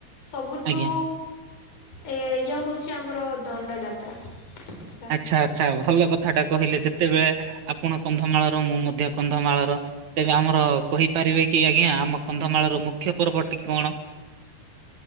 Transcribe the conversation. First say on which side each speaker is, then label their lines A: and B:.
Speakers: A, on the left; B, on the right.
A: ସବୁଠୁ
B: ଆଜ୍ଞା।
A: ଏ ଇଏ ହଉଛି ଆମର ଦଣ୍ଡ ଯାତ୍ରା। ସାର୍।
B: ଆଚ୍ଛା ଆଚ୍ଛା ଭଲ କଥାଟା କହିଲେ ଯେତେବେଳେ ଆପଣ କନ୍ଧମାଳର ମୁଁ ମଧ୍ୟ କନ୍ଧମାଳର। ତେବେ ଆମର କହିପାରିବେ କି ଆଜ୍ଞା ଆମ କନ୍ଧମାଳର ମୁଖ୍ୟ ପର୍ବଟି କଣ?